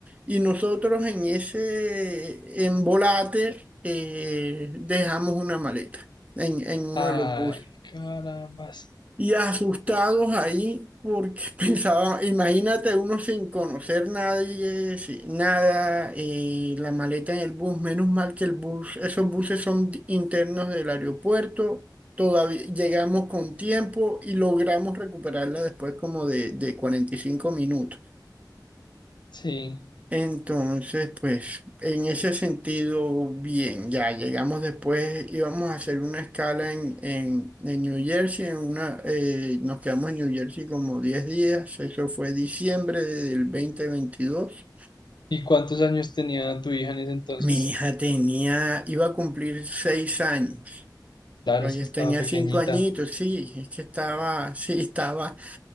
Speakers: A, on the right; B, on the left.
A: Y nosotros en ese embolate eh, dejamos una maleta en, en uno
B: Ay,
A: de los buses
B: carambas.
A: y asustados ahí porque <laughs> pensaba, imagínate uno sin conocer nadie, si- nada, eh, la maleta en el bus, menos mal que el bus, esos buses son di- internos del aeropuerto, todavía llegamos con tiempo y logramos recuperarla después como de, de 45 minutos.
B: Sí.
A: Entonces, pues en ese sentido, bien, ya llegamos después, íbamos a hacer una escala en, en, en New Jersey, en una, eh, nos quedamos en New Jersey como 10 días, eso fue diciembre del dos mil veintidós
B: ¿Y cuántos años tenía tu hija en ese entonces?
A: Mi hija tenía, iba a cumplir seis años,
B: Claro,
A: Oye,
B: es que estaba
A: tenía
B: pequeñita.
A: 5 añitos, sí, es que estaba, <laughs> sí, estaba